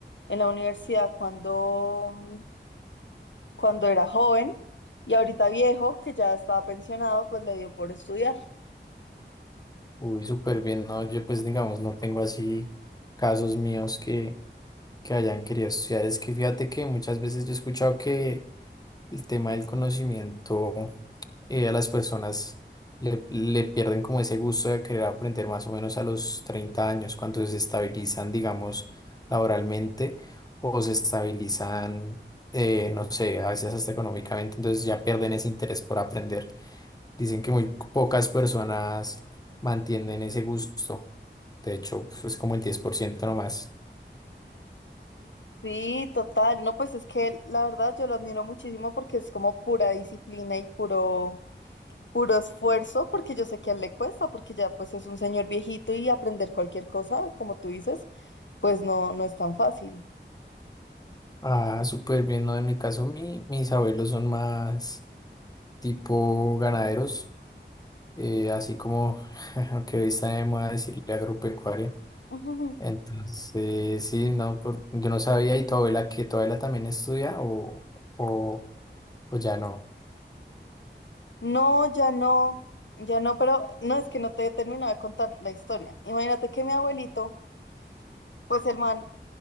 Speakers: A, on the left; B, on the left.
A: en la universidad cuando, cuando era joven y ahorita viejo, que ya estaba pensionado, pues le dio por estudiar.
B: Uy, súper bien. No, yo pues digamos, no tengo así casos míos que, que hayan querido estudiar. Es que fíjate que muchas veces yo he escuchado que el tema del conocimiento. eh, a las personas le, le pierden como ese gusto de querer aprender más o menos a los 30 años, cuando se estabilizan, digamos, laboralmente o se estabilizan, eh, no sé, a veces hasta económicamente, entonces ya pierden ese interés por aprender. Dicen que muy pocas personas mantienen ese gusto. De hecho, pues es como el 10% nomás.
A: Sí, total. No, pues es que la verdad yo lo admiro muchísimo porque es como pura disciplina y puro, puro esfuerzo, porque yo sé que a él le cuesta, porque ya pues es un señor viejito y aprender cualquier cosa, como tú dices, pues no, no es tan fácil.
B: Ah, súper bien, ¿no? En mi caso, mi, mis abuelos son más tipo ganaderos. eh, así como <laughs> que hoy está de moda decirle agropecuaria.
A: <laughs>
B: Entonces, sí, no, por- yo no sabía, ¿y tu abuela que tu abuela también estudia o, o, o ya no?
A: No, ya no, ya no, pero no es que no te he terminado de contar la historia. Imagínate que mi abuelito, pues el man